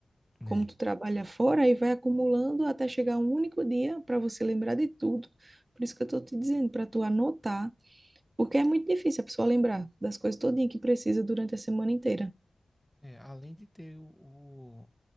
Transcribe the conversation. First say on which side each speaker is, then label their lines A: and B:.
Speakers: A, in the centre; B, on the right.
A: Né?
B: Como tu trabalha fora, aí vai acumulando até chegar um único dia para você lembrar de tudo. Por isso que eu tô te dizendo, para tu anotar, porque é muito difícil a pessoa lembrar das coisas todinha que precisa durante a semana inteira.
A: É, além de ter o, o-